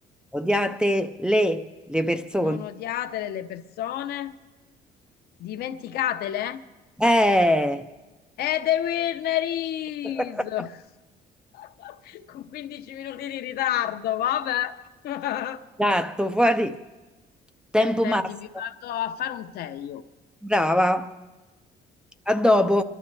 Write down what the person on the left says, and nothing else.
non odiate le persone. Dimenticatele?
E the winner is!
<laughs> Con 15 minuti di ritardo, vabbè. <laughs>
Senti,
mi vado a fare un tè io.